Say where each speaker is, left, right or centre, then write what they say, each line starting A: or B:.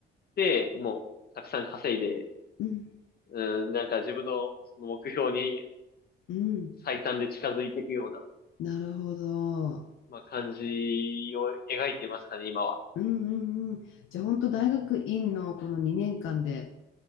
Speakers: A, on the left; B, on the left.
A: て、もう、たくさん稼いで、
B: うん
A: うん、なんか自分のその目標に
B: うん
A: 最短で近づいていくような、
B: なるほど。
A: まあ、感じを描いていますかね、今は。
B: うんうんうん。じゃあ本当大学院のこの2年間で